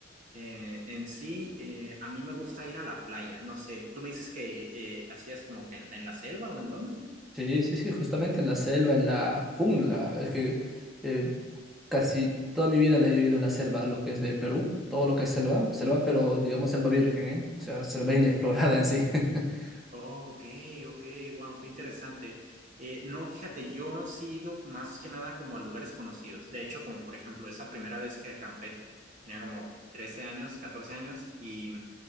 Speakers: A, on the right (about 40°); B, in the centre.
A: Eh, en sí, eh, a mí me gusta ir a la playa. No sé, tú me dices que eh, hacías como que en, en la selva o en dónde.
B: Sí, sí, sí, justamente en la selva, en la jungla. Es que eh, casi toda mi vida la he vivido en la selva, lo que es de Perú, todo lo que es selva, selva, pero digamos selva virgen, ¿eh? O sea, selva <laughs> inexplorada en sí. <laughs>
A: Oh, ok, ok, wow, qué interesante. Eh, no, fíjate, yo sí he ido más que nada como a lugares conocidos. De hecho, como por ejemplo, esa primera vez que acampé, tenía como 13 años, 14 años, y